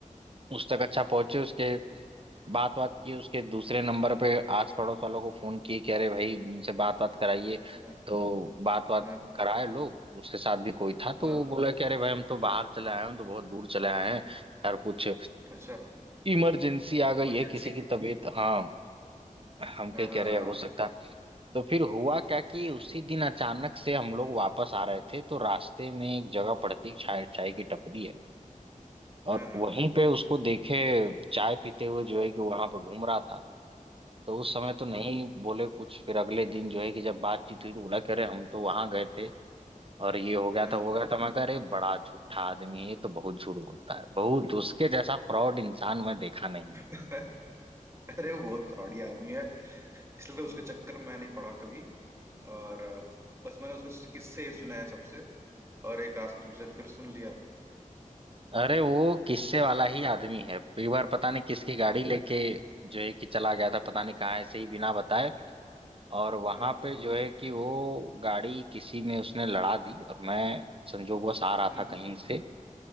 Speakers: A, on the right (about 40°); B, on the right (about 20°).
A: उस तक अच्छा पहुंचे उसके बात बात की उसके दूसरे नंबर पे आस पड़ोस वालों को फोन किए कि अरे भाई उनसे बात बात कराइए
B: हाँ
A: तो बात बात
B: हाँ
A: कराए लोग उसके साथ भी कोई था तो
B: हाँ,
A: वो बोला कि अरे भाई हम तो बाहर चले आए हैं हम तो बहुत दूर चले आए हैं यार कुछ
B: अच्छा
A: इमरजेंसी आ
B: इमरजेंसी
A: गई है किसी की तबीयत हाँ हम कहीं
B: हाँ हाँ
A: कह रहे हैं, हो सकता है तो फिर हुआ क्या कि उसी दिन अचानक से हम लोग वापस आ रहे थे तो रास्ते में एक जगह पड़ती है, चाय चाय की टपरी है और
B: हाँ हाँ
A: वहीं पे उसको देखे चाय पीते हुए जो
B: हाँ
A: है कि वहां पे घूम रहा था तो उस समय तो नहीं बोले कुछ फिर अगले दिन जो है कि जब बातचीत हुई तो बोला कि अरे हम तो वहां गए थे और ये हो गया
B: हाँ
A: था वो हो गया था मैं कह अरे बड़ा झूठा आदमी है, ये तो बहुत झूठ बोलता है बहुत उसके जैसा फ्रॉड इंसान मैं देखा नहीं
B: हाँ। अरे वो बहुत फ्रॉडी आदमी है इसलिए तो उसके चक्कर में नहीं पड़ा कभी और बस मैंने उसके किस्से ही सुने हैं सबसे और एक आज तुमसे फिर सुन लिया
A: अरे वो किस्से वाला ही आदमी है एक बार पता नहीं किसकी गाड़ी लेके जो है कि चला गया था पता नहीं कहाँ ऐसे ही बिना बताए और वहां
B: हाँ
A: पे जो है कि वो गाड़ी किसी में उसने लड़ा दी और मैं संजोगवश आ रहा
B: हम्म
A: था कहीं से